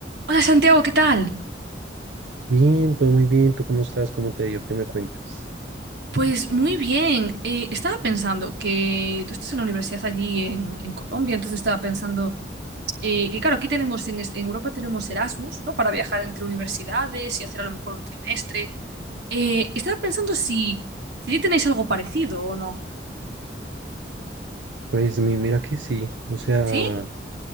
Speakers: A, on the right; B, on the right.
A: Hola Santiago, ¿qué tal?
B: Bien, todo muy bien. ¿Tú cómo estás? ¿Cómo te ha ido? ¿Qué me cuentas?
A: Pues muy bien. Eh, estaba pensando que tú estás en la universidad allí en, en Colombia, entonces estaba pensando eh, que claro, aquí tenemos en, es- en Europa tenemos Erasmus, ¿no? Para viajar entre universidades y hacer a lo mejor un trimestre. Eh, estaba pensando si, si allí tenéis algo parecido o no.
B: Pues mi- mira que sí. O sea,
A: ¿Sí?